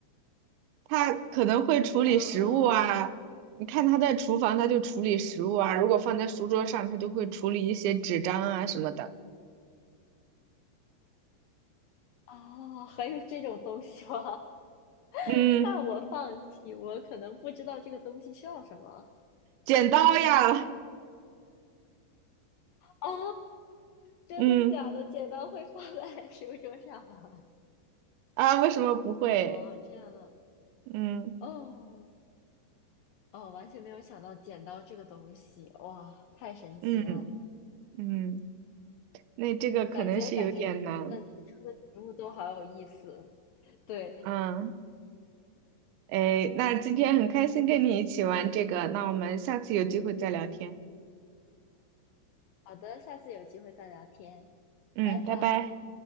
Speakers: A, on the right; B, on the left.
A: 他可能会处理食物啊，
B: <laughs> 啊、
A: 你看他在厨房，他就处理食物啊；如果放在书桌上，他就会处理一些纸张啊什么的。
B: 哦，还有这种东西吗？
A: 嗯，
B: <laughs> 那我放弃，我可能不知道这个东西叫什么
A: 剪刀呀，
B: 啊、真的假的？
A: 嗯
B: 剪刀会放在 <laughs> 食物桌上啊？
A: 啊，为什么不会？
B: 哦，这样的，
A: 嗯
B: 哦哦，完全没有想到剪刀这个东西，哇，太神奇了。
A: 嗯嗯，那这个可能是有点难。
B: 感觉感觉你的你出的题目都好有意思。对，
A: 嗯，哎，那今天很开心跟你一起玩这个，那我们下次有机会再聊天。
B: 好的，下次有机会再聊天，
A: 嗯，
B: 拜拜。
A: 拜拜。